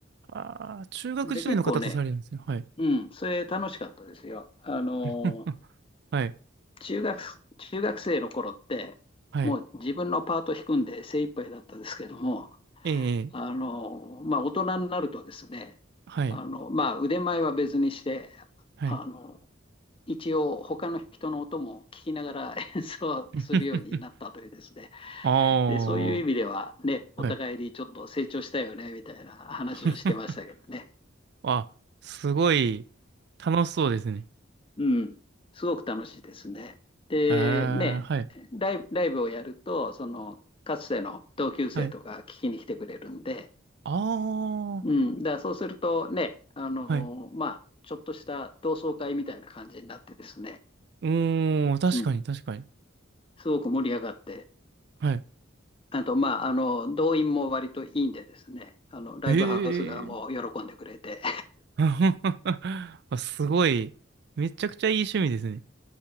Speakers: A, on the right; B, on the left.
A: ああ、中学時代の方とされるんですね。
B: で、結構ね、
A: はい。
B: うん、それ楽しかったですよ。あの、
A: <laughs> はい。
B: 中学、中学生の頃って、
A: はい。
B: もう自分のパート弾くんで精一杯だったですけども、
A: ええ、ええ
B: あの、まあ、大人になるとですね、
A: はい。
B: あの、まあ、腕前は別にして、
A: はい。
B: あの、一応他の人の音も聞きながら <laughs> 演奏するようになったというですね。
A: <laughs> ああ、
B: で、そういう意味ではね、お互いにちょっと成長したよね、
A: はい。
B: みたいな話をしてましたけどね。
A: <laughs> あ、すごい楽しそうですね。
B: うん、すごく楽しいですね。で、
A: ええ、
B: ね、
A: はい。
B: ライブ、ライブをやると、その、かつての同級生とか聞きに来てくれるんで、
A: はい。ああ、
B: うん、だからそうするとね、あのーまあ、
A: はい。
B: ちょっとした同窓会みたいな感じになってですね、
A: うーん、確かに、
B: うん、
A: 確かに。
B: すごく盛り上がって、
A: はい。
B: あと、まあ、あの、動員も割といいんでですね、あの、ライブハウス側も喜んでくれて、
A: ええ。<laughs> あ、すごい。めちゃくちゃいい趣味ですね。